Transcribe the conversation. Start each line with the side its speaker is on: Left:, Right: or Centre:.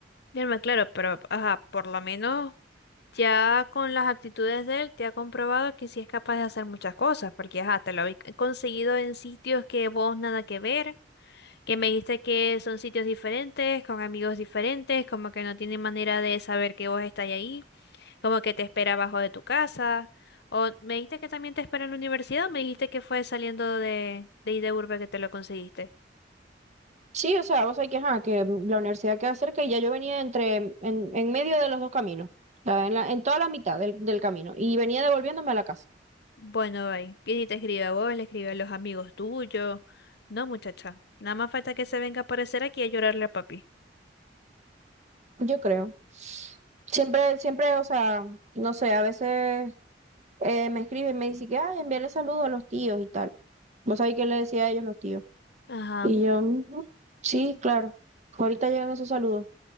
Left: Ya no me claro, pero ajá, por lo menos ya con las actitudes de él te ha comprobado que sí es capaz de hacer muchas cosas, porque ajá, te lo habéis conseguido en sitios que vos nada que ver. que me dijiste que son sitios diferentes, con amigos diferentes, como que no tienen manera de saber que vos estás ahí, como que te espera abajo de tu casa, o me dijiste que también te espera en la universidad, o me dijiste que fue saliendo de, de ahí de Urbe que te lo conseguiste.
Right: Sí, o sea, vos sabés que, ajá, que la universidad queda cerca y ya yo venía entre, en, en medio de los dos caminos, o sea, en la, en toda la mitad del, del camino y venía devolviéndome a la casa.
Left: Bueno, bye. Viene y te escribe a vos, le escribe a los amigos tuyos. No, muchacha, nada más falta que se venga a aparecer aquí a llorarle a papi.
Right: Yo creo. Siempre, siempre, o sea, no sé, a veces eh, me escriben y me dicen que, ay, envíale saludos a los tíos y tal. ¿Vos sabés qué le decía a ellos los tíos?
Left: Ajá.
Right: Y yo, "Ujú, sí, claro. Ahorita llegan esos saludos.